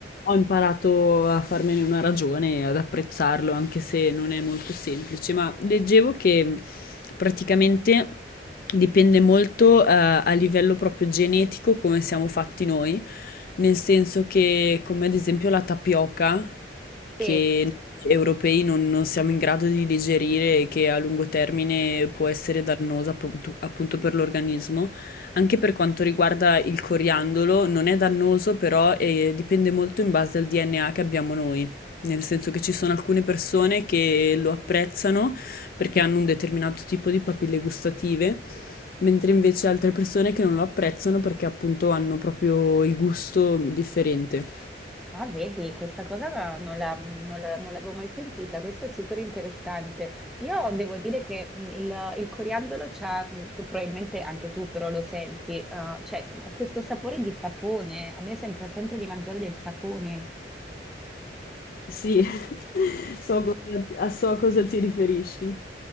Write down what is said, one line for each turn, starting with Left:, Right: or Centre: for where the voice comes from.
Left: ho imparato a farmene una ragione e ad apprezzarlo, anche se non è molto semplice. Ma leggevo che praticamente dipende molto, eh, a livello proprio genetico come siamo fatti noi, nel senso che, come ad esempio la tapioca
Centre: sì.
Left: che noi europei non, non siamo in grado di digerire e che a lungo termine può essere dannosa appunto, appunto per l'organismo. Anche per quanto riguarda il coriandolo, non è dannoso, però eh, dipende molto in base al DNA che abbiamo noi. Nel senso che ci sono alcune persone che lo apprezzano perché hanno un determinato tipo di papille gustative, mentre invece altre persone che non lo apprezzano perché appunto hanno proprio il gusto differente.
Centre: Ah, vedi, questa cosa la- non la- non la- non l'avevo mai sentita, questo è super interessante. Io devo dire che mm, il, il coriandolo c'ha, mm, che probabilmente anche tu però lo senti, ah, cioè questo sapore di sapone, a me sembra sempre di mangiare del sapone.
Left: Sì, <laughs> so cosa, ti- a so a cosa ti riferisci.